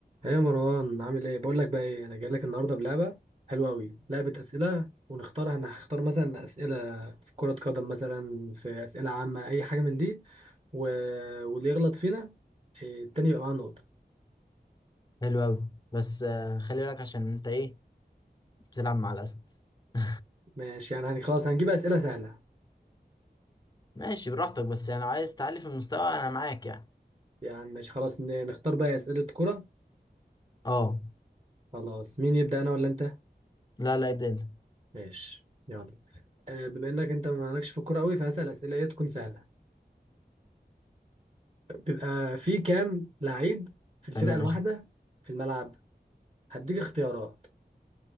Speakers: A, on the right; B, on the left.
A: ايه يا مروان عامل ايه بقول لك بقى ايه انا جاي لك النهارده بلعبه حلوه قوي لعبه اسئله ونختارها انا هختار مثلا اسئله في كره قدم مثلا في اسئله عامه اي حاجه من دي و... واللي يغلط فينا إيه، التاني يبقى معاه نقطه
B: حلو أوي بس آه، خلي بالك عشان أنت إيه بتلعب مع الأسد <laughs>
A: ماشي يعني هن... خلاص هنجيب اسئله سهله
B: ماشي براحتك بس يعني لو عايز تعلي في المستوى أنا معاك يعني
A: يعني ماشي خلاص ن- نختار بقى اسئله كره
B: أه
A: خلاص مين يبدا انا ولا انت
B: لا لا ابدأ أنت
A: ماشي يلا آه، بما انك انت مالكش في الكوره قوي فهسال اسئله ايه تكون سهله بيبقى في كام لعيب في الفرقه
B: تمام
A: الواحده
B: قشطة
A: في الملعب هديك اختيارات